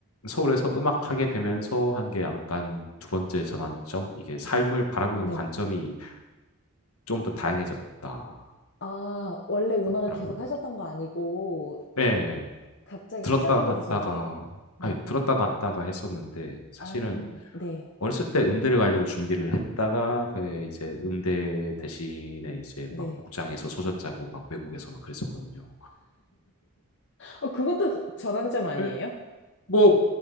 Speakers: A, on the left; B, on the left.
A: 서울에서 음악하게 되면서 한게 약간 두 번째 전환점? 이게 삶을 바라보는
B: 네.
A: 관점이 좀 더 다양해졌다. 더
B: 아, 원래 음악을
A: 라고요
B: 계속 하셨던 거 아니고
A: 예, 예.
B: 갑자기
A: 들었다
B: 시작하게
A: 놨다가,
B: 되신 거예요? 네.
A: 아니, 들었다 놨다가 했었는데, 사실은
B: 아, 네.
A: 어렸을 때 음대를 가려고 준비를 했다가, 그 이제 음대 대신에 이제
B: 네.
A: 막 복장에서 소젖 짜고 막 외국에서 막 그랬었거든요.
B: 어, 그것도 전환점 아니에요?
A: 예, 뭐,